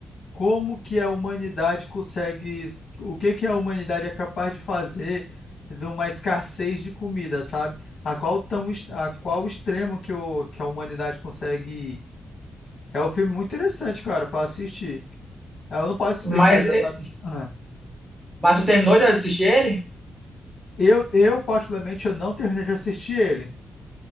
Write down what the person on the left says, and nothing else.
como que a humanidade consegue. O que que a humanidade é capaz de fazer de uma escassez de comida, sabe? A qual, tão, est- a qual extremo que, o, que a humanidade consegue ir. É um filme muito interessante, cara, pra assistir. Eu não posso explicar
exatamente.
Ah.
Eu, eu, particularmente, eu não terminei de assistir ele.